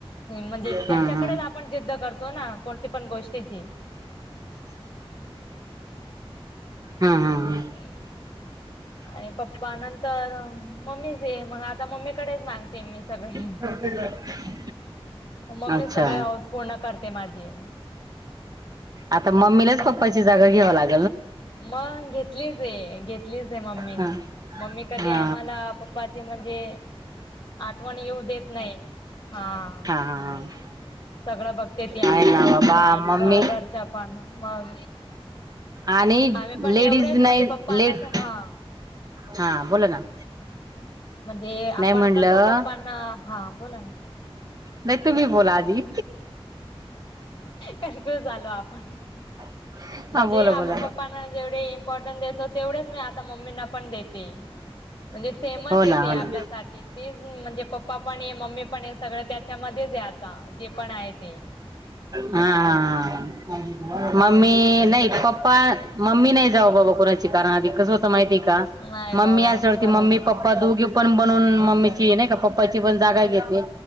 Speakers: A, on the left (about 40°); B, on the right (about 40°).
A: म्हणजे
B: हा
A: त्यांच्याकडेच
B: हा
A: आपण जिद्द कर तो ना कोणती पण गोष्टीची
B: हम् हम हम
A: आणि आणि पप्पा नंतर मम्मीचे मग आता मम्मीकडेच मानते मी सगळे
B: <inaudible>
A: मम्मी
B: अच्छा
A: सगळे हौस पूर्ण करते माझी
B: आता मम्मीलाच पप्पाची जागा घ्याव लाग
A: मग घेतलीचे, घेतलीच आहे मम्मीनी,
B: हा
A: मम्मी कधी
B: हा
A: आम्हाला पाचे म्हणजे आठवण येऊ देत नाही. हा.
B: हा
A: नाही
B: हा
A: सगळं बघते ती आम
B: आहे
A: च्या
B: ना बाबा
A: बाहेरच,
B: मम्मी
A: घरच्या पण मग
B: आणि
A: आम्ही पण
B: लेडीज
A: एवढेच
B: नाही
A: म्हणजे पप्पना
B: लेट
A: का हा
B: हा बोला ना
A: म्हणजे आपण
B: नाही म्हणलं
A: कसं पप्पांना हा बोला ना
B: नाही. तुम्ही बोला आदी
A: कन्फ्युज झालो आपण
B: <inaudible>
A: म्हणजे आपण
B: बोला
A: पप्पांना जेवढे इम्पॉर्टन देतो, तेवढेच मी आता मम्मींना पण देते. म्हणजे सेमच
B: हो
A: येते
B: ना हो
A: आपल्यासाठी
B: ना
A: तीच म्हणजे पप्पा पण आहे मम्मी पण आहे, सगळ त्याच्यामध्येच आहे आता पण आहे ते
B: हा.
A: मग
B: मम्मी नाही पप्पा मम्मी नाही जाव, बाबा कोणाची कारण आधी कस स्वतः माहिती का
A: नाही
B: मम्मी
A: बाबा
B: असवरती
A: खरंच
B: मम्मी पप्पा दोघी पण बनून मम्मीच नाही का, पप्पाची पण जागा घेते